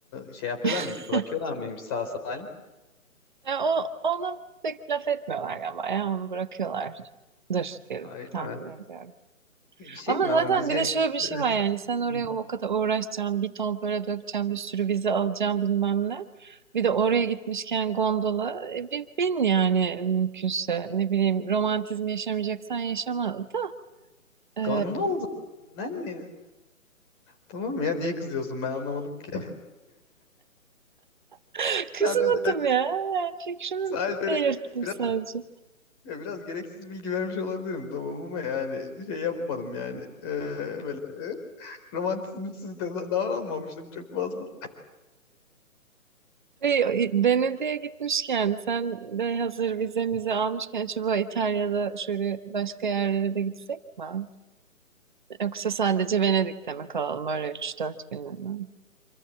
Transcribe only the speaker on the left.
şey yapıyorlar
mıymış? Bırakıyorlar mıymış sağ salim?
Ha, Öyle
mi?
Bir şey
mi
ama biz ya-
<laughs>
Gondol
ben ne? Tamam ya niye kızıyorsun ben anlamadım ki.
Sadece
sadece öyle
biraz
ya biraz gereksiz bilgi vermiş olabilirim tamam ama yani şey yapmadım yani Ee, böyle romantizmsiz de da- davranmamıştım çok fazla.